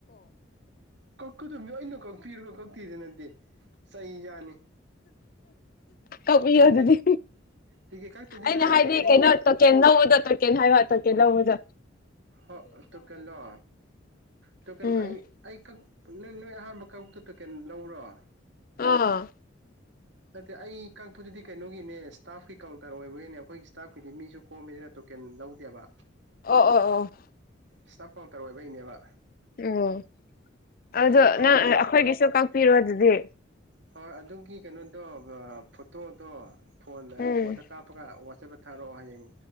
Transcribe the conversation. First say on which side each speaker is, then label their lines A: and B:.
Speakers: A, on the right; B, on the left.
A: ꯀꯛꯀꯗꯣꯃꯤꯅ ꯀꯛꯄꯤꯔꯀꯣ ꯀꯛꯄꯤꯤꯗ ꯅꯠꯇꯦ ꯆꯍꯤ ꯌꯥꯅꯤ
B: ꯀꯄꯤ ꯍꯧ
A: ꯇꯤꯀꯦꯠ
B: ꯑꯗꯨꯗꯤ
A: ꯇꯤꯀꯦꯠ ꯀꯛꯇꯗꯤ
B: ꯑꯩꯅ
A: ꯌꯥꯔꯣꯏꯌꯦ
B: ꯍꯥꯏꯗꯤ
A: ꯅꯪꯒꯤ
B: ꯀꯩꯅꯣ ꯇꯀꯦꯟ ꯂꯧꯎꯗꯣ ꯇꯣꯀꯦꯟ ꯍꯥꯏꯌ ꯇꯣꯀꯦ ꯂꯧꯎꯗ
A: ꯍ ꯇ ꯀꯩꯅꯂꯣ ꯇ ꯀꯩꯅꯣ
B: ꯎꯝ
A: ꯑꯩ ꯑꯩ ꯅ ꯅꯣꯏ ꯑꯍꯥꯟꯕ ꯀꯛꯇ ꯇꯣꯀꯦꯟ ꯂꯧꯔꯣ
B: ꯑꯥ
A: ꯅꯠꯇꯦ ꯑꯩ ꯀꯛꯄꯗꯨꯗꯤ ꯀꯩꯅꯣꯒꯤꯅꯦ ꯏꯁ꯭ꯇꯥꯐꯀꯤ ꯀꯥꯎꯟꯇꯔ ꯑꯣꯏꯕꯒꯤꯅꯦ ꯑꯩꯈꯣꯏꯒꯤ ꯁ꯭ꯇꯥꯐꯀꯤꯗꯤ ꯃꯤꯁꯨ ꯀꯣꯝꯃꯤꯅꯤꯅ ꯇꯣꯀꯦꯟ ꯂꯧꯗꯦꯕ
B: ꯑꯣ ꯑꯣ ꯑꯣ
A: ꯏꯁ꯭ꯇꯥꯞ ꯀꯥꯎꯟꯇꯔ ꯑꯣꯏꯕꯒꯤꯅꯦꯕ
B: ꯎ ꯑꯗꯣ
A: ꯇꯧꯔꯣ
B: ꯅꯪ ꯑꯩꯈꯣꯏꯒꯤꯁꯨ ꯀꯥꯛꯄꯤꯔꯣ ꯑꯗꯨꯗꯤ
A: ꯍꯣꯏ ꯑꯗꯨꯒꯤ ꯀꯩꯅꯣꯗꯣ ꯐꯣꯇꯣꯗꯣ ꯐꯣꯟ
B: ꯎꯝ
A: ꯐꯣꯟꯗ ꯀꯥꯞꯄꯒ ꯋꯥꯠꯆꯄ ꯊꯥꯔꯛꯑꯣ ꯍꯌꯦꯡ